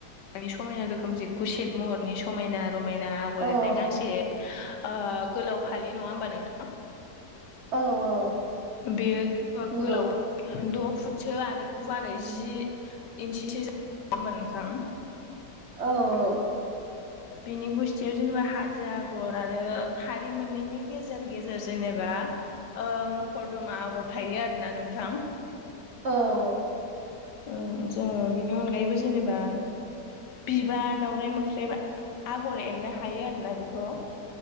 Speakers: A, on the left; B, on the right.
A: मानि समायना रोखोमसे गुसेब महरनि समायना रमायना आगर
B: औ
A: एरनाय गांसे ओ गोलाव फालि नङा होमबा नोंथां
B: औ औ
A: बेयो <unintelligible>
B: नंगौ
A: गोलाव द' फुटसो आरो गुवारै जि इन्सिसो <unintelligible> होमबा नोंथां
B: औ औ
A: बिनि गुस्थियाव जेनेबा हाजो आगर आरो थारि मोननैनि गेजेर गेजेर जेनेबा मखर दमा आगर थायो आरोना नोंथां
B: औ औ
A: औ। जोङो बेनि अनगायैबो जेनेबा बिबार दावराइ मोख्रेब आगर एरनो हायो आरोना बेखौ।